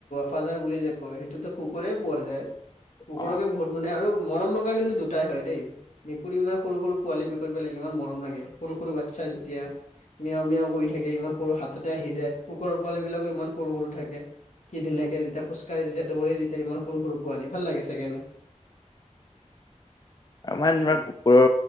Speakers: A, on the left; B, on the left.
A: ফাদাৰ বুলি যে কয়। সেইটোতো কুকুৰেই পোৱা যায়। কুকুৰকে
B: অ
A: বহুত মানে আৰু মৰম লগা কিন্তু দুটাই হয় দেই। মেকুৰী মানে সৰু সৰু পোৱালী মেকুৰীবিলাক ইমান মৰম লাগে সৰু সৰু বাচ্ছা যেতিয়া। মিয়ও মিয়ও কৰি থাকে ইমান সৰু হাততে আহি যায় কুকুৰ পোৱালী বিলাকো ইমান সৰু সৰু থাকে। কি ধুনীয়াকে যেতিয়া খোজকাঢ়ি যেতিয়াৌৰি যেতিয়া ইমান সৰু সৰু পোৱালি ভাল লাগে চাগেনে।
B: মানে
A: হয়
B: তোমাৰ
A: নে নহয়
B: কুকুৰৰ